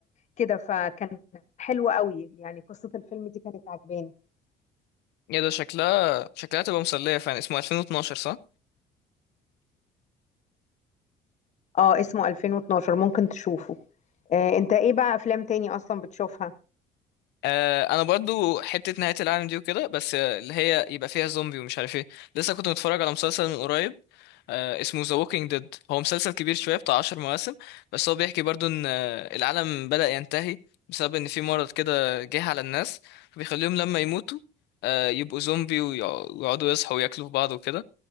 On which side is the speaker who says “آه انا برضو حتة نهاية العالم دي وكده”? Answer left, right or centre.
Left